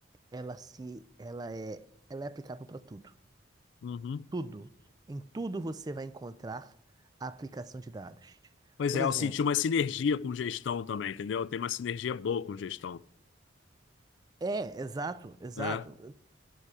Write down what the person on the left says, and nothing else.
Uhum.
Pois
é,
eu senti uma sinergia com gestão também, entendeu? Tem uma sinergia boa com gestão.
É.